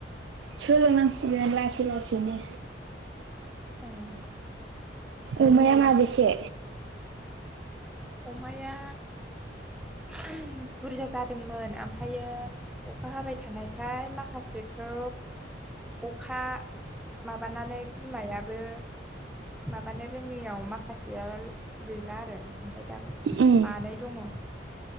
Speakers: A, on the right; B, in the centre.
A: सोलों नांसिगोन लासै- लासैनो
B: ओं
A: अमाया
B: ओं।
A: माबेसे
B: अमाया ओहोम बुरजा जादोंमोन आमफाय ओमफायो अखा हाबाय थानाय फाय माखासेखौ अखा माबानानै बिमाया बो माबानो रोङियाव माखासेया गैला आरो ओमफाय दाबो
A: उम
B: मानै दङ